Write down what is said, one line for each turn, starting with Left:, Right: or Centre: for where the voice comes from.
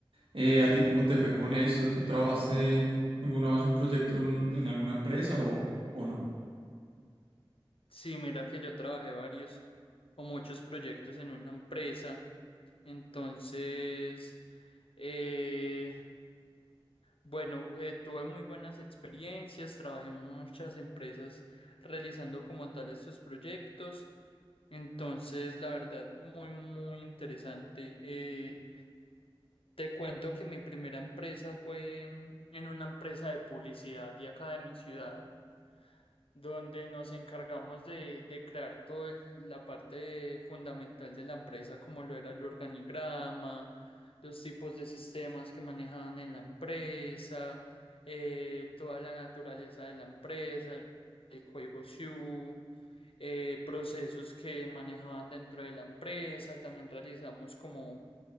Right: Eh, ¿a ti cómo te fue con esto? ¿Tú trabajaste alguna vez un proyecto en, en alguna empresa o, o no?
Left: Sí, mira que yo trabajé varios o muchos proyectos en una empresa. Entonces, eh, bueno, eh, tuve muy buenas experiencias, trabajé en muchas empresas realizando como tal estos proyectos. Entonces, la verdad, muy, muy interesante. Eh, te cuento que mi primera empresa fue mm, en una empresa de publicidad de acá de mi ciudad. donde nos encargamos de, de crear toda la parte fundamental de la empresa, como lo era el organigrama, los tipos de sistemas que manejaban en la empresa, eh, toda la naturaleza de la empresa, el código SIU, eh, procesos que manejaban dentro de la empresa. También realizamos como